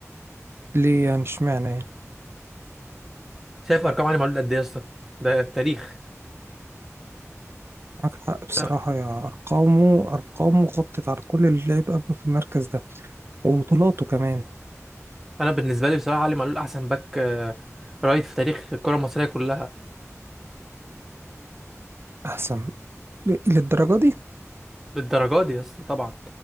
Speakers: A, on the right; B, in the centre.
A: ليه يعني اشمعنى يعني
B: شايف ارقام علي معلول قد ايه يا اسطى ده التاريخ
A: معاك حق بصراحة
B: انا
A: يا أرقامه أرقامه غطت على كل اللي لعب قبله في المركز ده وبطولاته كمان
B: أنا بالنسبه لي بصراحه علي معلول احسن باك آه، رايت في تاريخ الكره المصريه كلها
A: أحسن للدرجة دي
B: بالدرجه دي يا اسطى طبعا